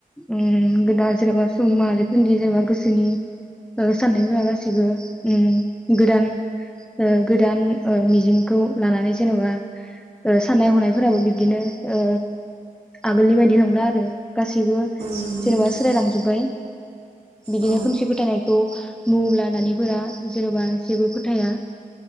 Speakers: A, in the centre; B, on the right.
A: उम गोदा जेनेबा सुबुं माहारिफोरनि जेनेबा गोसोनि ओ साननायफोरा गासैबो उम गोदान ओ गोदान मिजिंखौ लानानै जेनेबा ओ साननाय हनायफोराबो बिब्दिनो ओ आगोलनि बायदि नंला आरो। गासैबो
B: नंगौ
A: जेनेबा
B: नोंथां
A: सोलायलांजोब्बाय बिदिनो
B: औ
A: खोमसि फोथायनाय औ मुं लानानैफोरा जेन'बा जेबो फोथाया।